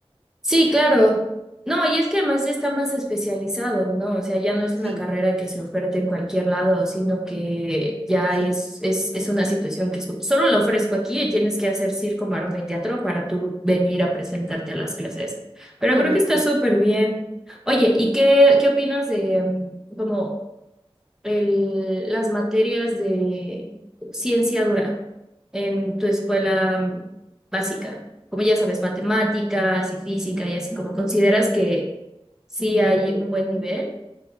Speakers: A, in the centre; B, on the right (about 70°).
A: Sí, claro. No, y es que además está más especializado, ¿no? O sea, ya no es
B: Sí,
A: una carrera que se oferte en cualquier lado, sino que ya
B: sí,
A: es, es, es una situación que so- solo lo ofrezco aquí y tienes que hacer circo, maroma y teatro para tú venir a presentarte a las clases. Pero
B: correcto.
A: creo que está súper bien. Oye, ¿y qué, qué opinas de mm, como el- las materias de ciencia dura en tu escuela mm, básica, como ya sabes, matemáticas y física y así, como consideras que sí hay un buen nivel.